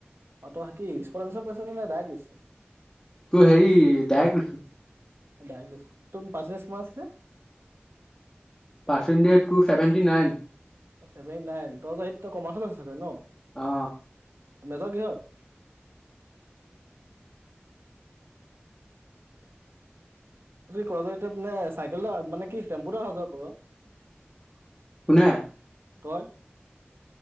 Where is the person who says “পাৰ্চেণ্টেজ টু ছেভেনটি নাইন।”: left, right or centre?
Left